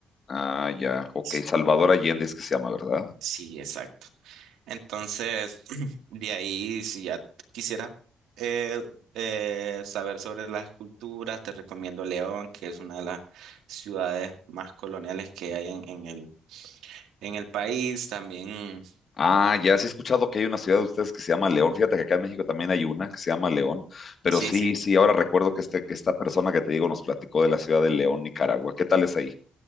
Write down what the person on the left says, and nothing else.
Ah, ya. Ok,
Salvador Allende es que se llama, ¿verdad?
Ah, ya sí he escuchado que hay una ciudad de ustedes que se llama León. Fíjate que acá en México también hay una que se llama León, pero
sí,
sí, ahora recuerdo que, este, que esta persona que te digo nos platicó de la ciudad de León, Nicaragua. ¿Qué tal es ahí?